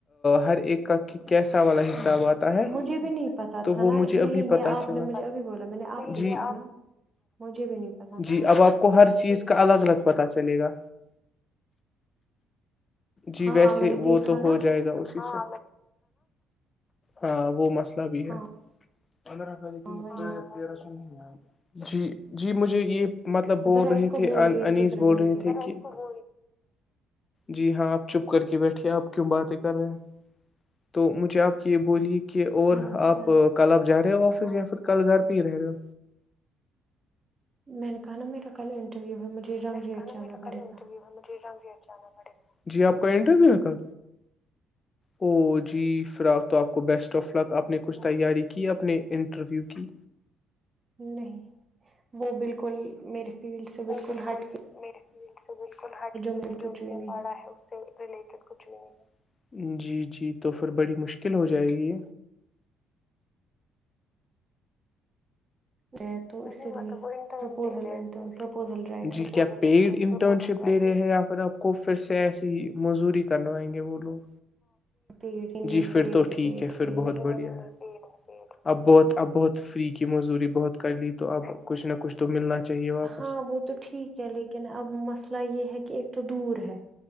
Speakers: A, on the left (about 35°); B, on the right (about 30°).
A: ہر ایک کا کیسا والا حساب آتا ہے
B: مجھے بھی نہیں پتا
A: تو
B: تھا
A: وہ
B: نا
A: مجھے ابھی
B: نہیں یہ
A: پتہ
B: آپ
A: چلا
B: نے مجھے ابھی بولا میں نے آپ دیکھا
A: جی
B: نا مجھے بھی نہیں پتا تھا
A: جی اب آپ کو ہر چیز کا الگ الگ پت چلے گا جی
B: ہاں
A: ویسے
B: میں نے دیکھا
A: وہ تو
B: نا
A: ہو جائے گا اسی سے ہاں وہ مست بھی
B: ہاں
A: ہےدرا لیکن
B: ہاں وہی
A: تیرہ سو نہیں جی جی مجھے یہ مطلب بول
B: ذرا
A: رہے
B: اس کو
A: تھے
B: بولیے
A: انیس
B: چپ
A: بول
B: رہنے
A: رہے
B: کے
A: تھے
B: لیے
A: کہ ج جی ہاں آپ چپ کر کے بیٹھیے آپ کیوں باتیں کر رہے ہیں تو مجھے آپ کی یہ بولی کہ کہ اور
B: ہاں کیا
A: آپ کل آپ جا رہے ہو یا پھر کل گھر پی رہے رہ ہو
B: میں نے کہ نا میرا کل انٹرویو ہے مجھے رنگ
A: میں نے
B: ریٹ
A: کہا نا
B: جانا
A: میرا
B: پڑے
A: کل انٹرویو
B: گا
A: ہے مجھے ری جانا پڑے گا جی آپ کا انٹرویو ہے ک او جی فرا تو آپ کو بیسٹ آف لک آپ نے کچھ تیاری کی اپنے انٹرویو کی
B: نہیں وہ بالکل میرے فیلڈ سے
A: وہ بالکل
B: ہٹ
A: میرے فیلڈ سے بالکل ہٹ کے
B: میرے
A: ہے
B: کچھ
A: جو میں
B: بھی
A: نے
B: نہیں
A: پڑھا ہے اس سے ریلیٹڈ کچھ بھی نہیں ہے جی جی تو پھر بڑی مشکل ہو جائے گی
B: ہے تو
A: نہیںب
B: اسی لیے
A: وہٹر
B: پرپوزل
A: لے رہے
B: انٹرن پرپوزل رائٹر
A: جی کیا پیڈ انٹرن شپ لے رہے ہیں یا پھر کو پھر سے ایسی ہی موزوری کروائیں گے وہ لوگ
B: بھییڑ انی
A: جی
B: بھییڑ
A: پھر تو
B: ہے
A: ٹھیک
B: پیڑ
A: پھر
B: پیڑ
A: بہت بڑھیا ہے اب بہت اب بہت فری کی مزوری بہت کر لی تو اب کچھ نہ کچھ تو ملنا چاہیے واپس
B: ہاں وہ تو ٹھیک ہے لیکن اب مسئلہ یہ ہے کہ ایک تو دور ہے